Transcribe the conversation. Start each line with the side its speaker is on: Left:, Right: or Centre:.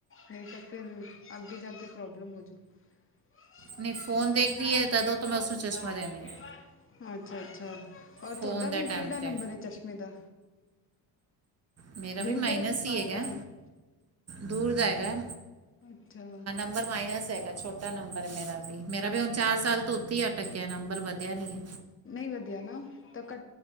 Left: ਨਹੀਂ ਤਾਂ ਫਿਰ ਅੱਗੇ ਜਾ ਕੇ ਪ੍ਰੋਬਲਮ ਹੋਜੂ। <unintelligible>
Right: ਨਹੀਂ ਫੋਨ ਦੇਖਦੀ ਹੈ ਤਦੋਂ ਤਾਂ ਮੈਂ ਉਸ ਨੂੰ ਚਸ਼ਮਾ ਦੇਣੀ ਆ
Left: ਅੱਛਾ-ਅੱਛਾ ਔਰ
Right: ਫੋਨ
Left: ਤੁਹਾਡਾ
Right: ਦੇ
Left: ਵੀ
Right: ਟਾਈਮ
Left: ਕਿਹੜਾ ਨੰਬਰ
Right: ਤੇ
Left: ਹੈ ਚਸ਼ਮੇ ਦਾ
Right: ਮੇਰਾ ਵੀ
Left: ਦੂਰ
Right: ਮਾਈਨਸ
Left: ਦਾ ਹੈ ਕਿ ਪਾਸ
Right: ਹੀ ਹੈਗਾ
Left: ਦਾ ਹੈ।
Right: ਦੂਰ ਦਾ ਹੈਗਾ।
Left: ਅੱਛਾ
Right: ਬਣਵਾਇਆ ਸੀ ਹੈਗਾ ਛੋਟਾ ਨੰਬਰ ਮੇਰਾ ਵੀ ਮੇਰਾ ਵੀ ਹੁਣ ਚਾਰ ਸਾਲ ਤੋਂ ਉਥੇ ਹੀ ਅਟਕ ਗਿਆ ਨੰਬਰ ਵਧਿਆ ਨਹੀਂ ਹੈ।
Left: ਨਹੀਂ ਵਧੀਆ ਨਾ ਤਾਂ ਘ